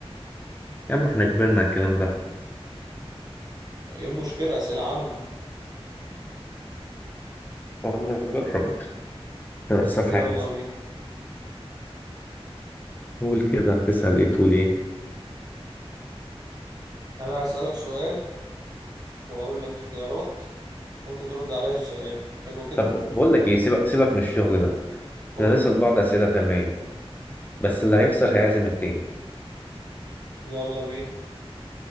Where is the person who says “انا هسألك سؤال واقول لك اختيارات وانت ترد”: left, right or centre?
Right